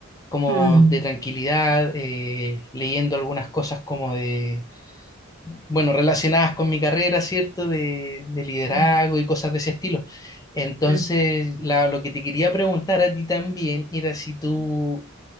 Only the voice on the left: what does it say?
como
de tranquilidad, eh, leyendo algunas cosas como de, bueno, relacionadas con mi carrera, ¿cierto? De, de liderazgo
y cosas de ese estilo. Entonces,
la- lo que te quería preguntar a ti también era si tú